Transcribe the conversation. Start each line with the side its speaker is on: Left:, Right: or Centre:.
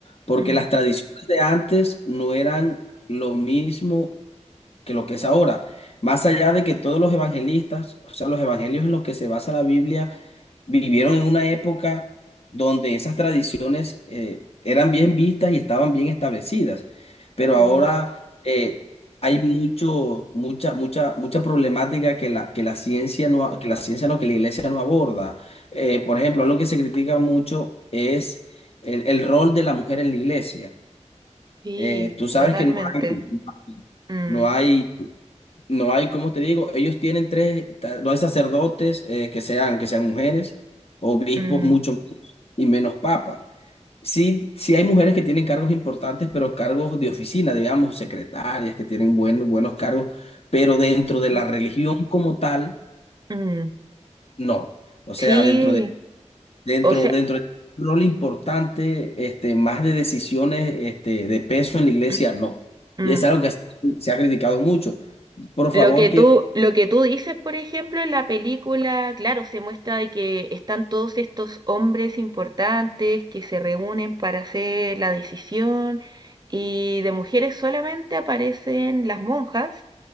Left: porque
Right: Mm,
Left: las tradiciones de antes no eran lo mismo que lo que es ahora. Más allá de que todos los evangelistas, o sea, los evangelios en los que se basa la Biblia, vivieron en una época donde esas tradiciones eh, eran bien vistas y estaban bien establecidas, pero
Right: mm.
Left: ahora eh, hay mucho, mucha, mucha, mucha problemática que la, que la ciencia no, a- que la ciencia no, que la iglesia no aborda. Eh, por ejemplo, algo que se critica mucho es el, el rol de la mujer en la iglesia.
Right: Sí,
Left: Eh, tú sabes
Right: totalmente.
Left: que no hay,
Right: Mm,
Left: no hay no hay, como te digo, ellos tienen tres, ta- no hay sacerdotes eh, que sean, que sean mujeres, obispos
Right: mm,
Left: mucho menos, y menos papas. Sí, sí hay mujeres que tienen cargos importantes, pero cargos de oficina, digamos, secretarias, que tienen buen- buenos cargos, pero dentro de
Right: mm,
Left: la religión como tal,
Right: mm.
Left: no. O sea,
Right: Sí,
Left: dentro de, dentro,
Right: o sea,
Left: dentro de un rol importante, este, más de decisiones, este, de peso en la iglesia,
Right: <clears throat>
Left: no.
Right: mm.
Left: Y es algo que se se ha criticado mucho. Por
Right: Lo
Left: favor,
Right: que
Left: quiero...
Right: tú, lo que tú dices, por ejemplo, en la película, claro, se muestra de que están todos estos hombres importantes que se reúnen para hacer la decisión y de mujeres solamente aparecen las monjas,